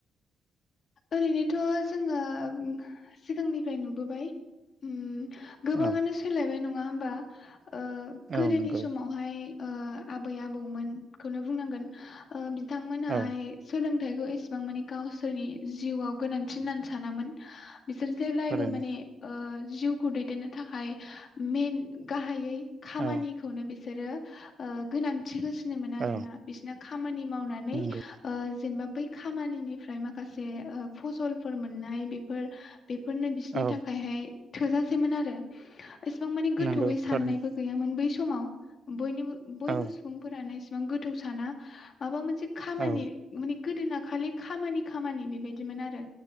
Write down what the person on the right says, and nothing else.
औ
औ नंगौ
औ
थारैनो
औ
औ
नंगौ
औ
नंगौ
थारैनो
औ
औ